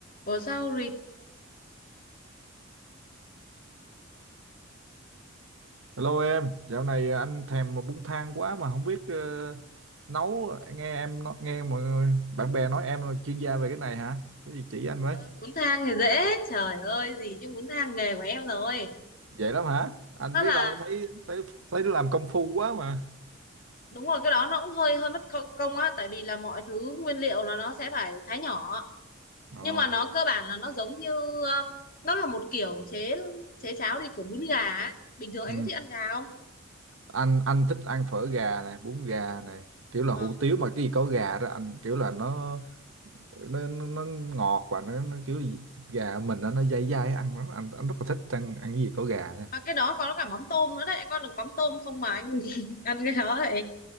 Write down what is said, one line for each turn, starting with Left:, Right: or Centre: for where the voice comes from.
Left: Ủa sao rịt
Right: Hello em, dạo này anh thèm bún thang quá mà không biết ờ, nấu. Nghe em nó- nghe mọi người bạn bè nói em là chuyên gia về cái này hả? Có gì chỉ anh với?
Left: ơi, muốn thang thì dễ trời ơi gì chứ muốn thang nghề của em rồi
Right: Vậy lắm hả? Anh
Left: đó
Right: biết
Left: là
Right: đâu, thấy thấy thấy nó làm công phu quá mà.
Left: đúng rồi cái đó nó cũng hơi hơi mất công công á tại vì là mọi thứ nguyên liệu là nó sẽ phải thái nhỏ
Right: Ồ.
Left: nhưng mà nó cơ bản là nó giống như ờ, nó là một kiểu chế chế cháo đi của bún gà á. bình thường
Right: Ừ.
Left: anh có thích ăn gà không
Right: Anh anh thích ăn phở gà này, bún gà này, kiểu là
Left: Nó-
Right: hủ tiếu mà cái gì có gà đó anh kiểu là nó nó nó, nó ngọt và nó, nó kiểu gì, thịt gà mình nó nó dai dai ăn lắm. anh anh rất là thích ăn ăn cái gì có gà nha.
Left: mà cái đó có cả mắm tôm nữa đấy anh có được mắm tôm không mà anh <laughs> ăn cái đó vậy